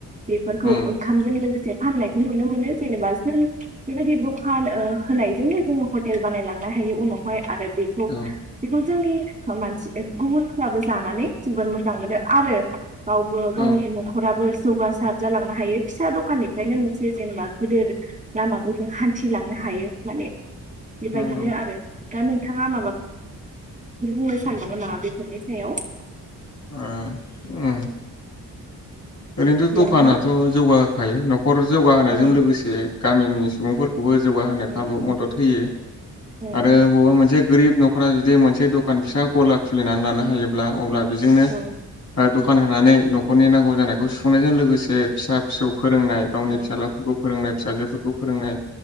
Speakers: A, on the right; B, on the left.
A: बेफोरखौ
B: उम
A: ओंखामजों लोगोसे फाननाय नुनो मोनो जेनेबा जों बेबायदि दखान ओ होनायजोंनो जोङो हटेल बानायलांनो हायो उनावहाय। आरो बेखौ
B: औ
A: बेखौ ज जोंनि ओ मानसि ओ गुबुनफ्राबो जानानै जोबोद मोजां मोनो आरो गावबो
B: औ
A: गावनि न'खराबोस जौगासार जालांनो हायो फिसा दखाननिफ्रायनोम से जेनेबा गोदोर लामाखौ जों हान्थिलांनो हायो माने बेबायदिनो
B: नंगौ
A: आरो दा नोंथाङा माबाब फोर बुंनो सानबावमोन नामा बेफोरनि सायाव?
B: अ उम ओरैनोथ'
A: हेलौ
B: दखानाथ'
A: नोंथां
B: जौगा होखायो न'खर जौगाहोनायजों
A: औ
B: लोगोसे गामिनि सुबुंफोर खौबो जौगाहोनो
A: औ
B: खाबु मदद होयो। आरो
A: औ
B: बबावबा मोनसे गोरिब न'खरा जुदि मोनसे दखान फिसा गला खुलिनानै लानो हायोब्ला अब्ला बेजोंनो
A: औ
B: ओ दख खान होनानै न'खरनि नांगौ जानायखौ सुफुंनायजों लोगोसे फिसा फिसौ फोरोंनाय गावनि
A: औ
B: फिसालाफोरखौ फोरोंनाय फिसाजोफोरखौ फोरोंनाय।